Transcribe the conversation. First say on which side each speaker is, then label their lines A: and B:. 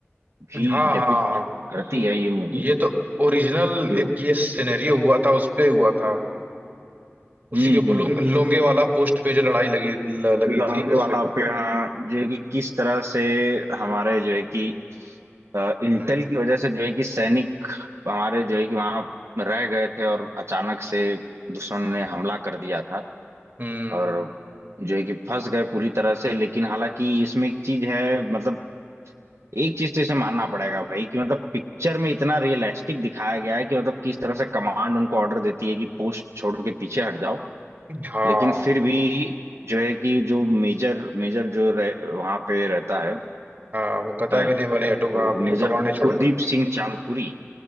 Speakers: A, on the right; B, on the right.
A: भी
B: हाँ
A: डिपिक्ट
B: हाँ हाँ
A: करती है ये मूवी
B: ये तो ओरिजिनल
A: जो
B: एक ये सिनेरियो हुआ था उस पे हुआ था उसी
A: हम्म
B: के
A: हम्म
B: लोंग, लोंगे वाला पोस्ट पे जो लड़ाई लगी ल, लगी
A: लौंग
B: थी उस
A: वाला
B: पे
A: आप यहाँ जो है कि किस तरह से हमारे जो है कि अ, इंटेल
B: हम्म।
A: की वजह से जो है कि सैनिक हमारे जो है कि वहां रह गए थे और अचानक से दुश्मन ने हमला कर दिया था
B: हम्म
A: और जो है कि फंस गए पूरी तरह से लेकिन हालांकि इसमें एक चीज है मतलब एक चीज तो इसे मानना पड़ेगा भाई कि मतलब पिक्चर में इतना रियलिस्टिक दिखाया गया है कि मतलब किस तरह से कमांड उनको ऑर्डर देती है कि पोस्ट छोड़ के पीछे हट जाओ
B: हाँ
A: लेकिन फिर भी जो है कि जो मेजर मेजर जो रह, वहां पे रहता है,
B: हाँ वो कहता
A: है
B: है कि नहीं मैं नहीं हटूंगा
A: तो
B: अपनी
A: मेजर
B: कमांड नहीं छोड़ूंगा
A: कुलदीप सिंह चांदपुरी